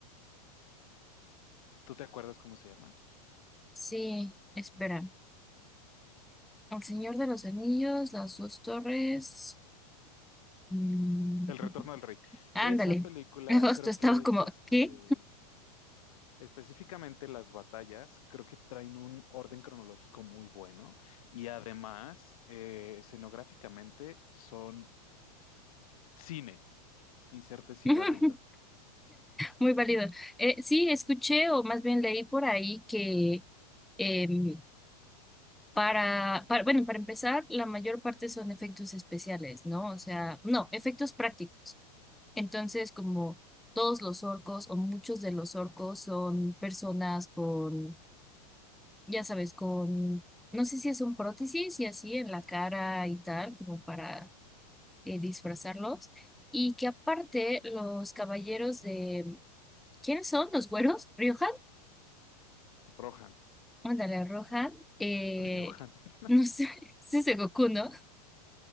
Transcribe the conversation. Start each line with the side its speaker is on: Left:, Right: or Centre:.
Left: ¿Tú te acuerdas cómo se llama?
Centre: Sí, espera. El Señor de los Anillos, Las Dos Torres. mm,
Left: El Retorno del Rey.
Centre: ándale.
Left: Esa película
Centre: <laughs> Justo
Left: creo
Centre: estaba
Left: que
Centre: como,
Left: es este,
Centre: ¿qué?
Left: específicamente las batallas, creo que traen un orden cronológico muy bueno y además eh, escenográficamente son cine. Inserte cigarrito.
Centre: <laughs> Muy válido. Eh, sí, escuché o más bien leí por ahí que em, para, para, bueno, para empezar, la mayor parte son efectos especiales, ¿no? O sea, no, efectos prácticos. Entonces, como todos los orcos o muchos de los orcos son personas con, ya sabes, con, no sé si es un prótesis y así en la cara y tal, como para eh, disfrazarlos. Y que aparte los caballeros de, ¿quiénes son? ¿Los güeros? ¿Rioja?
Left: Rohan.
Centre: Ándale, roja. Eh,
Left: Riohan. <laughs>
Centre: no sé, <laughs> ese es Goku, ¿no?